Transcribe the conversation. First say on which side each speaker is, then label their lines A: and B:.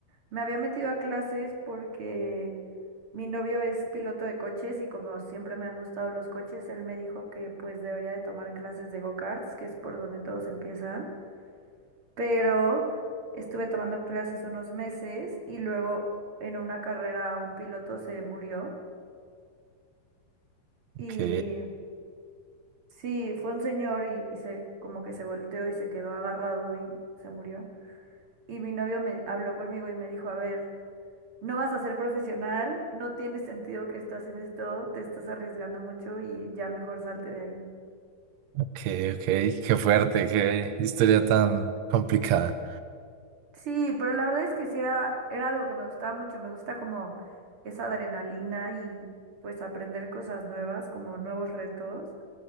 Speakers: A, on the right; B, on the right.
A: me había metido a clases porque mi novio es piloto de coches y como siempre me han gustado los coches, él me dijo que pues debería de tomar clases de go-karts, que es por donde todos empiezan. pero estuve tomando clases unos meses y luego en una carrera un piloto se murió y
B: Ok,
A: sí, fue un señor y, y se como que se volteó y se quedó agarrado y se murió. Y mi novio me habló conmigo y me dijo, a ver, no vas a ser profesional, no tiene sentido que estás en esto, te estás arriesgando mucho y ya mejor salte de ahí.
B: ok, ok, qué fuerte, qué historia tan complicada.
A: Sí, pero la verdad es que sí era, era algo que me gustaba mucho, me gusta como esa adrenalina y pues aprender cosas nuevas, como nuevos retos,